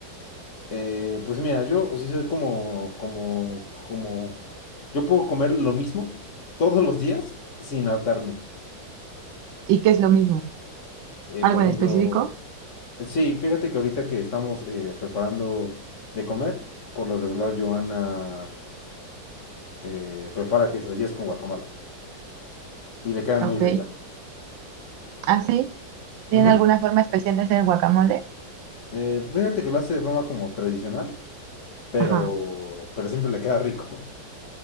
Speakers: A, on the left; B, on the right.
A: Eh, pues mira, yo sí soy como, como, como, yo puedo comer lo mismo todos los días sin hartarme.
B: ¿Y qué es lo mismo?
A: Eh,
B: ¿Algo
A: por ejemplo,
B: en específico?
A: sí, fíjate que ahorita que estamos eh, preparando de comer, por lo regular Joana eh, prepara quesadillas con guacamole y le quedan
B: Ok.
A: muy ricas.
B: ¿Así? ¿Tienen
A: Ujú.
B: alguna forma especial de hacer guacamole?
A: Eh, fíjate que lo hace de forma como tradicional. pero,
B: Ajá.
A: pero siempre le queda rico.